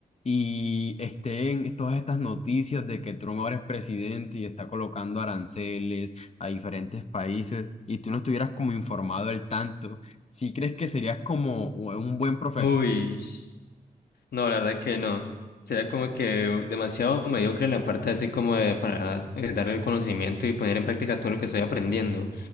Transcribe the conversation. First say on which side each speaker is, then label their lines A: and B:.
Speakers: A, on the left; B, on the left.
A: y estén todas estas noticias de que Trump ahora es presidente y está colocando aranceles a diferentes países y tú no estuvieras como informado del tanto, ¿sí crees que serías como un buen profesional?
B: Uy, no, la verdad que no. Será como que demasiado mediocre en la parte así como de para eh, darle el conocimiento y poner en práctica todo lo que estoy aprendiendo.